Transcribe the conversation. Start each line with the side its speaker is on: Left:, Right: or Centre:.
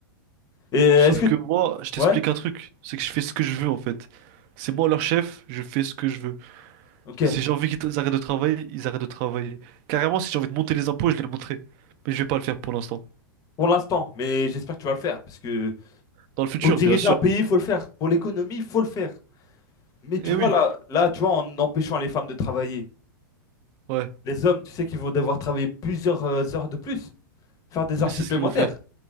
Left: Et est-ce
Right: Sauf
Left: que...
Right: que moi, je t'explique
Left: Ouais,
Right: un truc, c'est que je fais ce que je veux en fait. C'est moi leur chef, je fais ce que je veux.
Left: ok.
Right: Si j'ai envie qu'ils arrêtent de travailler, ils arrêtent de travailler. Carrément, si j'ai envie de monter les impôts, je les monterai. Mais je vais pas le faire pour l'instant.
Left: Pour l'instant, mais j'espère que tu vas le faire. Parce que
Right: Dans le futur,
Left: pour diriger
Right: bien sûr.
Left: un pays, il faut le faire. Pour l'économie, il faut le faire. Mais tu
Right: Eh
Left: vois
Right: oui,
Left: là, là, tu vois, en empêchant les femmes de travailler,
Right: ouais.
Left: les hommes, tu sais qu'ils vont devoir travailler plusieurs euh, heures de plus, faire des heures
Right: Et c'est
Left: supplémentaires.
Right: ce qu'ils vont faire.